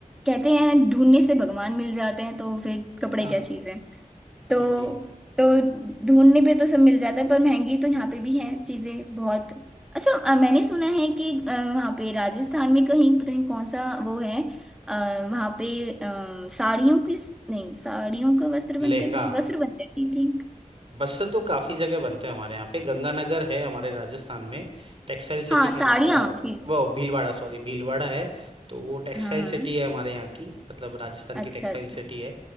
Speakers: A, in the centre; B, on the right.
A: कहते हैं ढूंढने से भगवान मिल जाते हैं तो फिर कपड़े
B: हाँ
A: क्या चीज़ है तो
B: ये भी है
A: तो ढूंढने पे तो सब मिल जाता है पर महंगी तो यहाँ पे भी है चीज़ें बहुत अच्छा अ, मैंने सुना है कि अ, वहाँ पे राजस्थान में कहीं पता नहीं कौन सा वो है अ, वहाँ पे अ, साड़ियों की नहीं साड़ियों का वस्त्र बनते
B: लहंगा
A: नहीं वस्त्र बनते आई थिंक
B: बस से तो काफी जगह बनते हैं हमारे यहाँ पे गंगानगर है हमारे राजस्थान में टेक्सटाइल सिटी
A: हाँ
B: के
A: साड़ियाँ please।
B: वो भीलवाड़ा सॉरी भीलवाड़ा है तो वो टेक्सटाइल
A: हाँ हाँ
B: सिटी है हमारे यहाँ की मतलब राजस्थान की
A: अच्छा
B: टेक्सटाइल
A: अच्छा
B: सिटी है